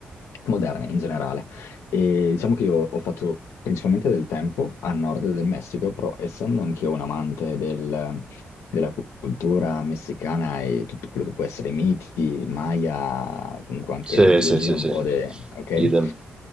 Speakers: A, on the left; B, on the right.
A: moderne in generale. E diciamo che io ho fatto principalmente del tempo a nord del Messico, però essendo anch'io un amante del della cultura messicana e tutto quello che può essere miti, Maya, comunque anche
B: Sì,
A: mitologia
B: sì, sì,
A: un
B: sì,
A: po' de... ok?
B: idem.